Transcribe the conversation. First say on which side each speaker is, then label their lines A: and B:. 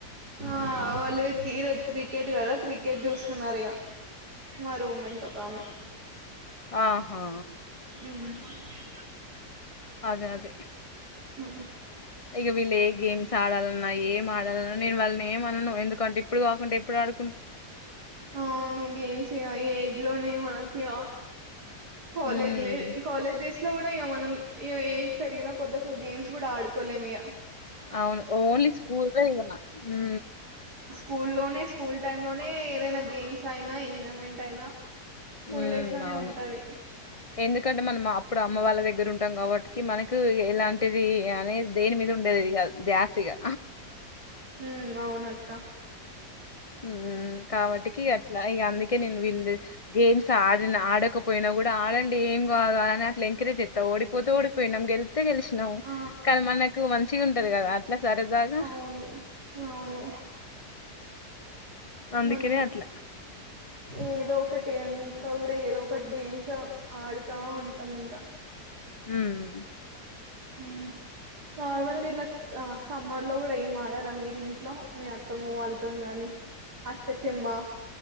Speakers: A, on the right (about 70°); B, on the left (about 25°).
A: ఆ వాళ్ళకి ఈ రోజు క్రికెట్ కదా క్రికెట్ చూస్తున్నారు ఇగ మా రూమ్మెంట్ ఒక ఆమె
B: ఆహా
A: ఉమ్
B: అదే అదే
A: హ
B: ఇగ వీళ్ళు ఏ గేమ్స్ ఆడాల నా ఏం ఆడలన్నా నేను వాళ్ళని ఏమనను ఎందుకంటే ఇప్పుడు కాకుంటే ఎప్పుడడ్
A: అవును గేమ్స్ ఎ జ్ లోనే మనకి ఆ కాలేజ్
B: ఉమ్.
A: లే కాలేజ్ డేస్ ఇట్లో కూడా ఇగ మనం ఇగ ఏజ్ పెరిగిన కొద్ది అసలు గేమ్స్ కూడా ఆడుకోలేం ఇగ
B: అవును ఓన్లీ స్కూల్ ఏ ఇగ హు
A: స్కూ లోనే స్కూల్ టైమ్ లోనే ఏదైనా గేమ్స్ అయినా ఎంజాయ్మెంట్ అయినా స్కూల్
B: హ్మ్
A: డేస్ లోనే
B: అవును
A: ఉంటది
B: ఎందుకంటే మనం అప్పుడు అమ్మ వాళ్ళ దగ్గర ఉంటాం కాబట్టి మనకు ఎలాం టీది అనేది దేని మీద ఉండేది కాదు ద్యాసిగా
A: హు అవునక్క
B: హు కాబట్టికి అట్లా ఇగ అందుకే నేను వీళ్ళు గేమ్స్ ఆడిన ఆడకపోయినా కూడా ఆడండి ఏం కాదు అని ఎంకరేజ్ చెస్తా ఓడిపోతే ఓడిపోయినాం గెళ్తే గలిశినాం
A: ఆ
B: కానీ మనకు మంచిగుం టది కదా అట్లా సరదాగా
A: అవును అవును
B: అందుకేనేే
A: మన్
B: అట్ల
A: ఏదో ఒకటి ఇంట్లో కూడా ఏదో ఒకటి గేమ్స్ ఆడు గా ఉంటాం ఇంకా
B: మ్
A: హు నర్మల్గిట్లా ఆ సమ్మర్ లో కూడా ఏం ఆడారా మీరు ఇంట్లో మీ అత్తమ్మ వాళ్ళతో గాని అష్టచమ్మ